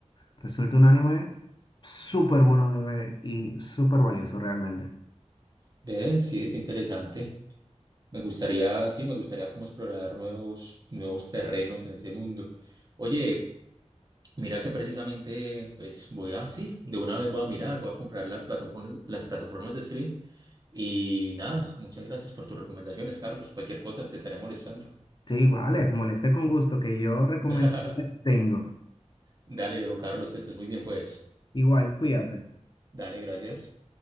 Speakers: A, on the left; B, on the right.
A: resulta un anime súper bueno de ver y súper valioso realmente.
B: ve, sí, es interesante. Me gustaría, sí, me gustaría como explorar nuevos, nuevos terrenos en ese mundo. Oye, mira que precisamente, pues voy a, sí, de una vez voy a mirar, voy a comprar las plataformas, las plataformas de stream y nada, muchas gracias por tus recomendaciones, Carlos. Cualquier cosa te estaré molestando.
A: Sí, igual, es moleste con gusto que yo recomendaciones
B: <laughs>
A: tengo.
B: Dale, viejo Carlos, que estés muy bien, pues.
A: Igual, cuídate.
B: Dale, gracias.